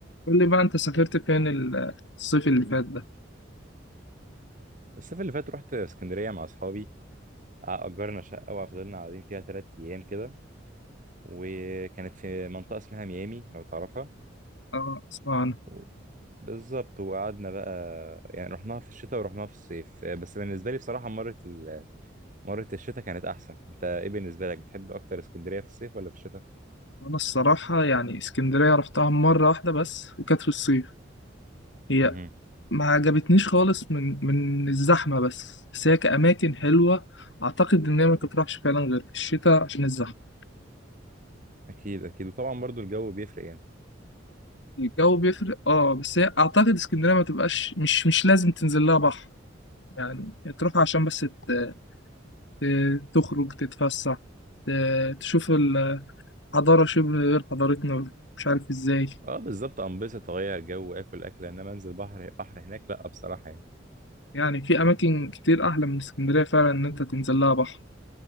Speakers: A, on the left (about 70°); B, on the right (about 45°).
A: قول لي بقى انت سافرت فين ال- الصيف اللي فات ده
B: الصيف اللي فات رحت اسكندرية مع أصحابي ع- أجرنا شقة وفضلنا قاعدين فيها تلات أيام كده وكانت في منطقة اسمها ميامي لو تعرفها
A: اه اسمع عنها
B: و... بالظبط وقعدنا بقى يعني رحناها في الشتاء ورحناها في الصيف بس بالنسبة لي بصراحة مرة ال... مرة الشتاء كانت أحسن أنت إيه بالنسبة لك بتحب أكتر اسكندرية في الصيف ولا في الشتاء؟
A: وانا الصراحة يعني اسكندرية رحتها مرة واحدة بس وكانت في الصيف هي
B: مهم.
A: ما عجبتنيش خالص من من الزحمة بس بس هي كأماكن حلوة اعتقد ان هي ما تطرحش فعلا غير في الشتاء عشان الزحمة
B: أكيد أكيد وطبعا برضو الجو بيفرق يعني
A: الجو بيفرق اه بس هي اعتقد اسكندرية ما تبقاش مش مش لازم تنزل لها بحر يعني تروح عشان بس ت- ت- تخرج تتفسح ت- تشوف الحضارة شبه غير حضارتنا مش عارف ازاي
B: أه بالظبط أنبسط أغير جو وآكل أكلة إنما أنزل بحر بحر هناك لأ بصراحة يعني
A: يعني في أماكن كتير أحلى من اسكندرية فعلا إن أنت تنزل لها بحر